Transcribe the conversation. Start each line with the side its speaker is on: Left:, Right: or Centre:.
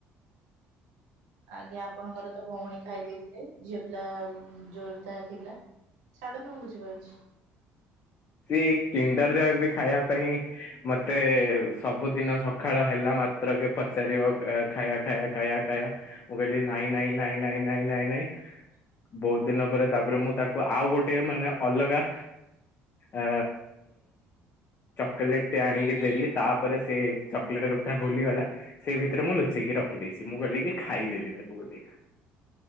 Right: ଆଜ୍ଞା ଆପଣଙ୍କର ତ ଭଉଣୀ ଖାଇ ଦେଇେଇଥିଲେ ଝିଅ ପିଲା ଜୋରଦାର ଥିଲା ଛାଡ଼ୁ ମୁଁ ବୁଝିପାରୁଛି
Left: ସିଏ କିଣ୍ଡାର ଯହବେ ଖାଇବା ପାଇଁ ମତେ ସବୁଦିନ ସକାଳ ହେଲା ମାତ୍ରକ ପଚାରିବ ଖାଇା ଖାଇବା ଖାଇା ଖାଇବା ମୁଁ କିଲ ନାଇଁ ନାଇଁଁ ନ ନଁ ନ ବହୁତ ଦିନ ପରେ ତାପରେ ମୁଁ ତାକୁ ଆଉ ଗୋଟେ ମାନେ ଅଲଗା ଆ ଚକୋଲେଟ ଟି ଆଣିକି ଦେଲି ତାପରେ ସେ ଚକୋଲେଟ କଥା ଭୁଲିଗଲା ସେଇ ଭିତରେ ମୁଁ ଲୁଚେଇକି ରଖିଦେଇଛି ମୁଁ କହିଲି କି ଖାଇଦେଲି ତାକୁ ବୋଲି